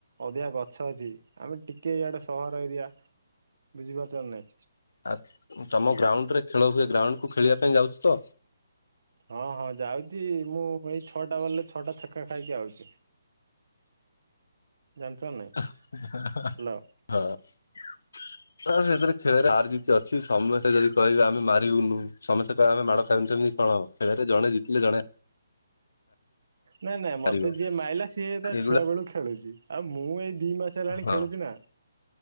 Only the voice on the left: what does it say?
ଆ ତମ ଗ୍ରାଉଣ୍ଡରେ ଖେଳ ହୁଏ ଗ୍ରାଉଣ୍ଡ କୁ ଖେଳିବା ପାଇଁ ଯାଉଛୁ ତ
ହଁ।
ତ ସେଥିରେ ଖେଳରେ ହାର ଜିତ୍ ଅଛି। ସମସ୍ତେ ଯଦି କହିବେ ଆମେ ମାରିବୁନୁ, ସମସ୍ତେ କହିବେ ଆମେ ମାଡ ଖାଇବୁନୁ ସେମି କଣ ଖେଳରେ ଜଣେ ଜିତିଲେ ଜଣେ
ହାରିବ
ଏଇଭଳିଆ
ହଁ